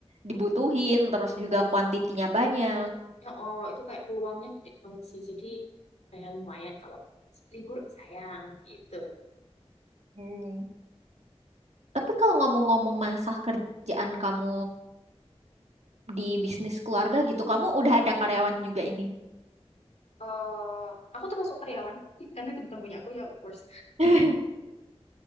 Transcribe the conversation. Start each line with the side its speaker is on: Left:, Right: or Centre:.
Right: dibutuhin, terus juga kuantitinya banyak.
Left: Ya, oh, itu kayak peluangnya gede banget sih. Jadi, kayak lumayan kalau libur sayang gitu.
Right: Hmm. Tapi kalau ngomong-ngomong masalah kerjaan kamu di bisnis keluarga gitu, kamu udah ada karyawan juga ini.
Left: eh aku termasuk karyawan <laughs> karena itu bukan punya aku ya of course
Right: <laughs>